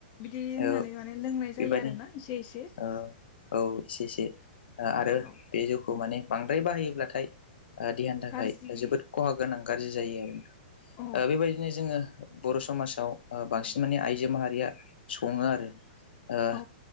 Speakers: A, on the left (about 30°); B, on the left (about 85°).
A: बिदि होननानै
B: ओ
A: माने लोंनाय
B: बेबायदि
A: जायो आरोना इसे एसे
B: ओ औ एसे एसे आ आरो
A: औ
B: बे जौखौ माने बांद्राय बाहायोब्लाथाय ओ देहानि थाखाय
A: गाज्रि
B: जोबोद खहा गोनां गाज्रि जायो आरो
A: औ
B: ओ बेबायदिनो जोङो बर' समासाव बांसिन माने आइजो माहारिया सङो आरो ओ
A: औ